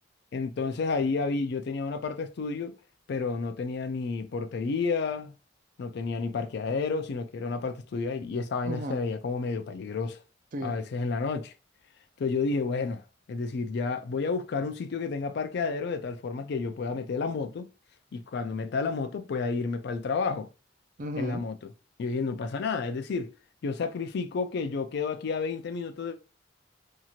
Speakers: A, on the left; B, on the right.
A: entonces ahí había, yo tenía una parte de estudio, pero no tenía ni portería, no tenía ni parqueadero, sino que era una parte de estudio ahí, y esa vaina
B: ajá,
A: se veía como medio peligrosa,
B: sí,
A: a veces en la noche. Entonces yo dije, bueno, es decir, ya voy a buscar un sitio que tenga parqueadero de tal forma que yo pueda meter la moto y cuando meta la moto pueda irme para el trabajo
B: ajá,
A: en la moto. Y yo dije, no pasa nada, es decir, yo sacrifico que yo quedo aquí a 20 minutos,